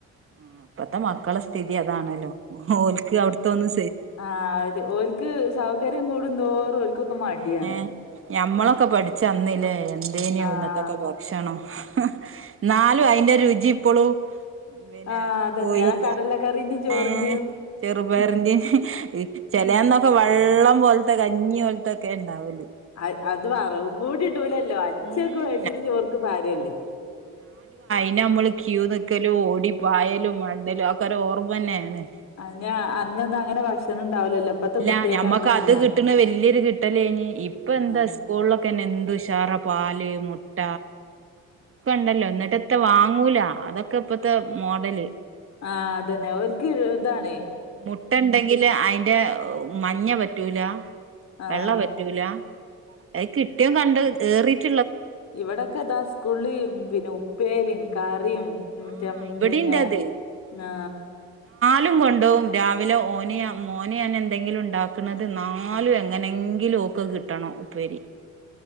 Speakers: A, on the right; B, on the left.
A: ആ ഇപ്പത്തെ മക്കള സ്ഥിതി അതാണല്ലോ ഓൽക്ക് അവ്ട്ത്തെന്നും
B: ആ അത് ഓല്ക്ക് സൗകര്യം കൂടുന്തോറും ഓല്ക്കൊക്കെ മടിയാണ്
A: ഏഹ് ഞമ്മളൊക്കെ പഠിച്ചന്നിലെ എന്തേനു
B: ആഹ്
A: അന്നത്തൊക്കെ ഭക്ഷണം എന്നാലും അയിന്റെറ രു ജിപ്പളും പിന്നെ
B: ആഹ് അതന്നെ
A: പോയില്ല
B: ആ കടലക്കറിന്റിം ചോറിന്റിം
A: ഏ ചെറുപയറിന്റെ അല്ല അന്നൊക്കെ വെള്ളം പോലത്തെ കഞ്ഞി പോലത്തെക്കെ ഉണ്ടാവല്
B: അ അത് വറവും കൂടി ഇടൂലല്ലോ അച്ഛക്കെ
A: ഉം
B: കഴിച്ചിട്ട് ചൊറിക്ക് പാര്ല്ലേ
A: പിന്നെ മ്മള് ക്യൂ നിൽക്കലും ഓടി പായലും മണ്ടലും ക്കെ ഒരോർമ അന്നെയാണ്
B: അതിന് അന്നൊന്നും അങ്ങനെ ഭക്ഷണം ഉണ്ടാവൂലല്ലോ ഇപ്പത്തെ
A: ഇല്ല
B: കുട്ടിയക്ക്
A: ഞമ്മക്ക്
B: അങ്ങനെയല്ല
A: അത് കിട്ട്ണ വല്യൊരു കിട്ടലാന്നി ഇപ്പ എന്താ
B: ആഹ്
A: സ്കൂളിലൊക്കെന്നെ എന്തു ഉഷാറ പാല് മുട്ട ക്ക്ണ്ടല്ലോ എന്നിട്ട്ത്താ വാങ്ങൂല അതൊക്കെ ഇപ്പത്തെ മോഡല്
B: ആ അതന്നെ ഓല്ക്ക് ഇതാണേ
A: മുട്ടണ്ടങ്കില് അയിന്റെ മഞ്ഞ പറ്റൂല
B: ആഹ്
A: വെള്ള പറ്റൂല അത് കിട്ടിയതും കണ്ടതും ഏറിട്ട്
B: ഇവിടൊക്കെ ദാ സ്കൂളില് പിന്നെ ഉപ്പേരിം കറിം മറ്റെ
A: ആഹ് ഇവിടെണ്ടത്
B: പിന്നെ ആ
A: ലും കൊണ്ടോവും രാവിലെ ഓന് ഞാൻ മോന് ഞാൻ എന്തെങ്കിലും ഉണ്ടാക്കുന്നത് നാലും എങ്ങനെങ്കിലും ഒക്കെ ക് കട്ടണം ഉപ്പേരി